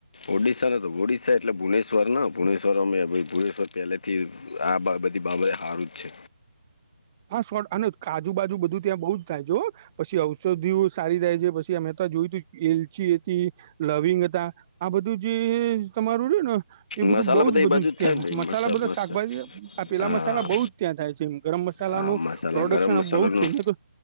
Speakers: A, on the left; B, on the right.
A: ઓડિશાને તો ઓડિશા એટલે ભુનેશ્રને ભુવનેશ્વર અમે ભ ભુનેશ્વર પહેલેથી. આ બધી બાબતે સારું જ છે.
B: હા શોટ અને કાજુ બાજુ બધું ત્યાં બઉુ જ થાય જો પછી ઔષધિઓ સારી થાય છે પછી અમે તો જોયું તું એલચી એ લવિંગ હતા આ બધું જે તમારું રે ને એ
A: મસાલા
B: બધું બઉુ
A: બધા
B: જ બધું
A: એ બાજુ
B: જ
A: થાય
B: ત્યાંય
A: ને ભાઈ
B: મસાલા
A: મસા
B: બધા
A: મસ્ત
B: શાકભાજી આ પેલા
A: હા
B: મસાલા બઉુ જ ત્યાં થાય છે, મ ગરમ મસા મસાલાનું
A: હા મસાલા
B: પ્રોડક્શન
A: ગરમ મસાલાનું
B: બહુ જ છે, તો